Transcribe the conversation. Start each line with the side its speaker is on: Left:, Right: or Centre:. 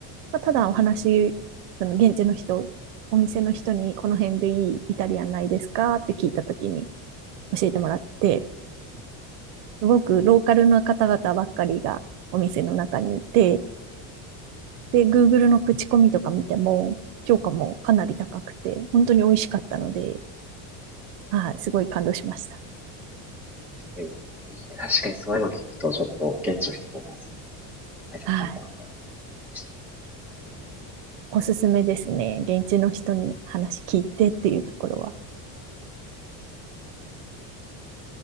Right: まあ、ただお話、その現地の人、お店の人にこの辺でいいイタリアンないですかって聞いたときに、教えてもらって、すごくローカルの方々ばっかりがお店の中にいて、で、Google
Centre: うん
Right: の口コミとか見ても、評価もかなり高くて、本当に美味しかったので、はい、
Centre: うん
Right: すごい感動しました。
Centre: すごいいい確かにそういうのを聞くと、ちょっと現地の人とお話しするの大切なんだなとは
Right: はい。
Centre: して。
Right: おすすめですね。現地の人に話聞いてっていうところは。